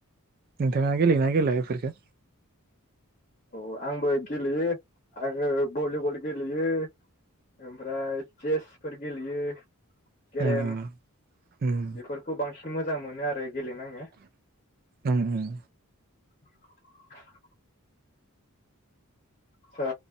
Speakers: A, on the right (about 40°); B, on the left (about 30°).
A: नोंथाङा गेलेयोना गेलेया इफोरखो।
B: औ आंबो गेलेयो आङो भलिबल गेलेयो ओमफ्राय चेसफोर गेलेयो। गेरेम
A: ओ ओ उम
B: बेफोरखौ बांसि मोजां मोनो आरो गेलेेनो आङो।
A: ओं ओं।
B: <inaudible> आतसा